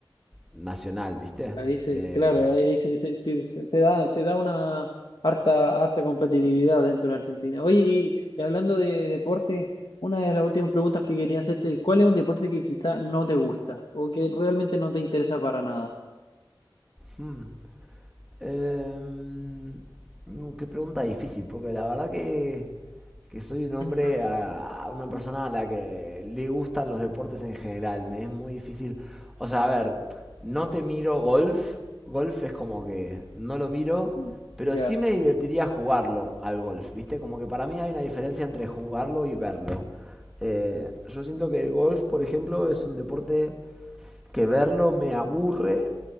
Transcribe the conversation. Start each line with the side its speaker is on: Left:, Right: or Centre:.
Centre: nacional, ¿viste?
Left: Ahí se,
Centre: Eh,
Left: claro, ahí ahí se, se, se- se- se da, se da una harta, harta competitividad dentro de Argentina. Oye, y, y hablando de deporte, una de las últimas preguntas que quería hacerte, ¿cuál es un deporte que quizá no te gusta o que realmente no te interesa para nada?
Centre: hmm. Em, mm, qué pregunta difícil, porque la verdad que, que soy un hombre,
Left: Mm,
Centre: a, a una persona
Left: mm,
Centre: a la que le gustan los deportes en general. Me es muy difícil. O sea, a ver, no te miro golf. Golf es como que no lo miro,
Left: mm.
Centre: pero
Left: Ya.
Centre: sí me divertiría jugarlo al golf, ¿viste? Como que para mí hay una diferencia entre jugarlo y verlo. Eh, yo siento que el golf, por ejemplo, es un deporte que verlo me aburre,